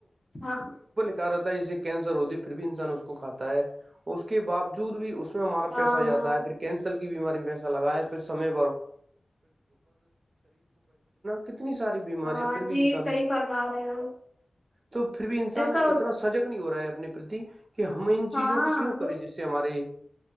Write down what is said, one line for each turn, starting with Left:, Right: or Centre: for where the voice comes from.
Left: ہاں
Right: ہوتا ہے اس کینسر ہوتی پھر بھی انسان اس کو کاتا ہے اس کے باوجود بھی اس میں ہمارا
Left: ہاں
Right: پیسہ جاتا
Left: ہاں
Right: ہے پھر کینسل کر بیماری میں ایسا لگیں کتنی ساری بیماریاں
Left: ہاں
Right: پھر
Left: جی
Right: بھی انسان
Left: صحی فرما رہے ہو
Right: تو پھر بھی انسان
Left: ایسا ہو-
Right: اتنا سجگ نہیں ہو رہا ہے اپنے پرتی کہ ہم ان
Left: ہاں
Right: چیزوں کو کیوں کریں
Left: وہ
Right: جس سے ہمارے